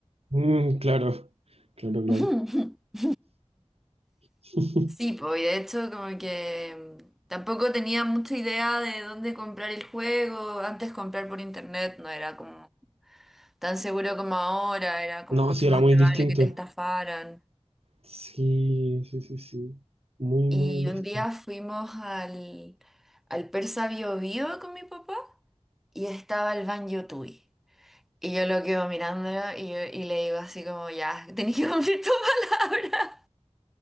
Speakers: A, on the right; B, in the centre.
A: Mm, claro, claro, claro.
B: <laughs>
A: <laughs>
B: Sí, pues, y de hecho como que mm, tampoco tenía mucha idea de dónde comprar el juego. Antes comprar por internet no era como tan seguro como ahora, era como
A: No,
B: mucho
A: sí, era
B: más
A: muy
B: probable
A: distinto.
B: que te estafaran.
A: Sí, sí, sí, sí. Muy,
B: Y
A: muy distinto.
B: un día fuimos al, al Persa Bio Bio con mi papá. y estaba el Ban Yutui. Y yo lo quedo mirándolo y, yo- y le digo así como, ya, tenés que <laughs> cumplir tu palabra.